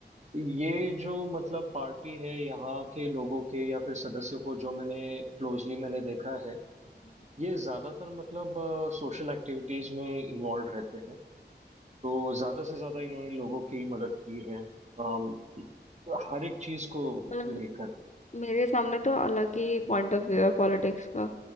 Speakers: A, on the right; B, on the left.
A: ये जो मतलब पार्टी है यहाँ के लोगों के या फिर सदस्यों को जो मैंने क्लोजली मैंने देखा है
B: हम्म।
A: ये ज्यादातर मतलब सोशल एक्टिविटीज में इन्वॉल्व रहते हैं तो ज्यादा से ज्यादा इन्होंने लोगों की मदद की है अम, हर एक चीज को
B: अरे
A: लेकर
B: मेरे सामने तो अलग ही पॉइंट ऑफ व्यू है पॉलिटिक्स का